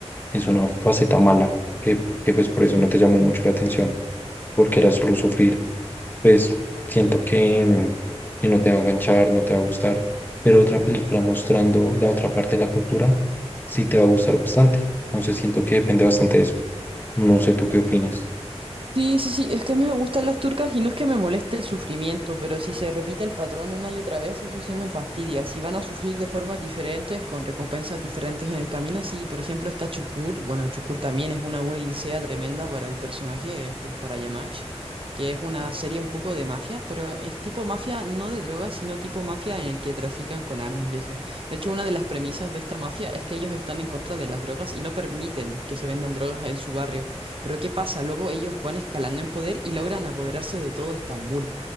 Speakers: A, on the left (about 20°); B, on the right (about 50°).
A: es una faceta mala, que, que pues por eso no te llamó mucho la atención porque era solo sufrir. Pues siento que, mm, que no te va a enganchar, no te va a gustar, pero otra película mostrando la otra parte de la cultura sí te va a gustar bastante. Entonces siento que depende bastante de eso. No sé tú qué opinas.
B: Sí, sí, sí, es que a mí me gustan las turcas y no es que me moleste el sufrimiento, pero si se repite el patrón una y otra vez, eso sí me fastidia. Si van a sufrir de formas diferentes, con recompensas diferentes en el camino, sí, por ejemplo está Chukur, bueno, Chukur también es una odisea tremenda para el personaje, eh, pues para Yamach que es una serie un poco de mafia, pero es tipo mafia no de drogas, sino tipo mafia en el que trafican con armas y eso. De hecho, una de las premisas de esta mafia es que ellos están en contra de las drogas y no permiten que se vendan drogas en su barrio. Pero ¿qué pasa? Luego ellos van escalando en poder y logran apoderarse de todo Estambul.